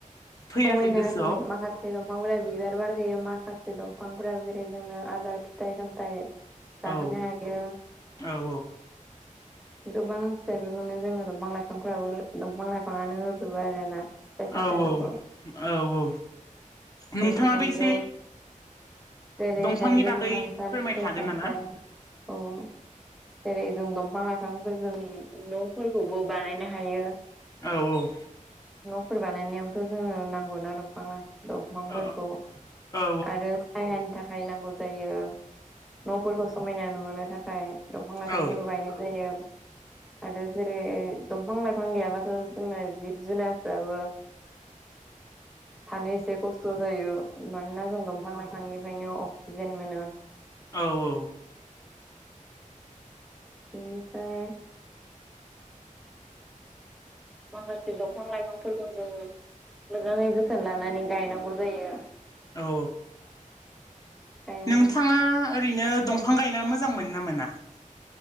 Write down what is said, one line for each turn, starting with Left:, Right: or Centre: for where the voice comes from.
Left: फैयाखै
Centre: समायना
Left: गोसोआव
Centre: समाय माखासे दंफां गया बिबार बार होयो माखासे दंफांफोरा जेरै जोंनो आदार फिथाइ सामथाइ जाहोनो
Left: ओं
Centre: हायो
Left: औ औ
Centre: गोबां फिथाइ बेखौनो जों दंफां लाइफांफोराबो दंफां लाइफांनो होजोबो आरो ना फिथाइ सामथाइफोरखौ
Left: औ औ औ नोंथांङाबो
Centre: जेरै थाइजौ
Left: एसे
Centre: जेरै
Left: दंफांनि
Centre: थाइजौ
Left: बागै
Centre: खान्थाल
Left: फोरमायनो
Centre: फिथाइ
Left: हागोन
Centre: सामथाइ
Left: नामा?
Centre: औ जेरै जों दंफां लाइफांफोरजों न'फोरखौबो बानायनो हायो
Left: औ- औ
Centre: गुफोर बानायनायावथ' जोंनो नांगौ ना दंफां दंफांफोरखौ
Left: औ औ
Centre: आरो सायहानि थाखाय नांगौ जायो न'फोरखौ समायना नुहोनो थाखाय दंफां- लाइफांफोरखौ
Left: औ
Centre: गायनाय जायो आरो जेरै दंफां - लाइफां गैयाबाथ' जोंना जिब जुनारफ्राबो थानो एसे खस्थ' जायो मानोना जों दंफां लाइफांनि ओंखायनो अक्सिजेन मोनो
Left: औ -औ
Centre: बिनिफ्राय माखासे दंफां लाइफांफोरखौ जों मोजांङै जोथोन लानानै गायनांगौ जायो
Left: औ
Centre: गायनानै
Left: नोंथांङा ओरैनो दंफां गायना मोजां मोनो मोनोना मोनाया